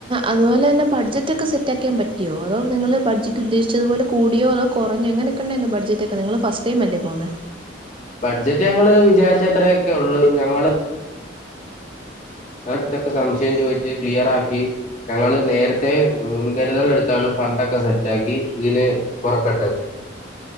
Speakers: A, on the right; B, on the left.
A: അതുപോലെ തന്നെ ബഡ്ജറ്റ് ഒക്കെ സെറ്റ് ആക്കിയാൻ പറ്റിയോ അതോ നിങ്ങള് ബഡ്ജറ്റ് ഉദ്ദേശിച്ചതുപോലെ കൂടിയോ അതോ കുറഞ്ഞോ എങ്ങനൊക്കെ ഉണ്ടാരുന്നു ബഡ്ജറ്റ് ഒക്കെ നിങ്ങങ്ങള് ഫസ്റ്റ് ടൈം അല്ലേ പോന്നേ
B: ബഡ്ജറ്റ് ഞങ്ങള് വിചാരിച്ച അത്രയൊക്കെ ഉള്ളൂ ഞങ്ങള് അടുത്തൊക്കെ സംശയം ചോദിച്ച് ക്ലിയർ ആക്കി ഞങ്ങള് നേരത്തെ മുൻകരുതൽ എടുത്ത ത്താണ് ഫണ്ടൊക്കെ സെറ്റാക്കി ഇതിന് പുറപ്പെട്ടത്